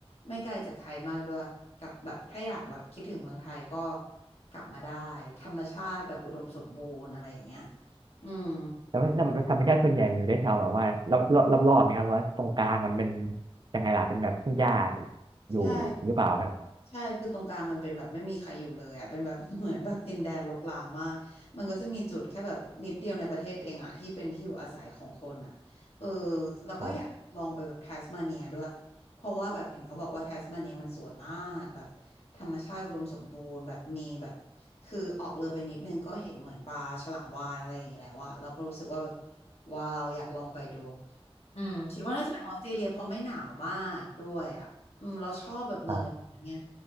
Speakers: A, on the left; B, on the right.
A: ไม่ไกลจากไทยมากด้วยกับแบบถ้าอยากแบบคิดถึงเมืองไทยก็กลับมาได้ธรรมชาติแบบอุดมสมบูรณ์อะไรอย่างเงี้ยอืม
B: แล้วธรรมธรรมชาติส่วนใหญ่มันอยู่ได้แถวแบบว่ารอบรอบรอบๆนะครับว่าตรงกลางมันเป็นยังไงล่ะเป็นแบบทุ่งหญ้าอยู่หรือเปล่าครับ
A: ใช่ ใช่ คือตรงกลางมันเป็นแบบไม่มีใครอยู่เลยอ่ะเป็นแบบ <laughs> เหมือนแบบดินแดนรกร้างมาก มันก็จะมีจุดแค่แบบนิดเดียวในประเทศเองอ่ะที่เป็นที่อยู่อาศัยของคนอ่ะเออเราก็อยากลองไปแบบแทสมาเนียด้วยเพราะว่าแบบเห็นเขาบอกว่าแทสมาเนียมันสวยมากแบบธรรมชาติอุดมสมบูรณ์แบบมีแบบ
B: ครับ
A: คือออกเรือไปนิดนึงก็เห็นเหมือนปลาฉลามวาฬอะไรอย่างงี้แล้วอ่ะเราก็รู้สึกว่าแบบว้าวอยากลองไปดูอืมคิดว่าน่าจะเป็นออสเตรเลียเพราะไม่หนาวมากด้วยอ่ะอืมเราชอบแบบเมือง
B: ครับ
A: <laughs> ร้อนไง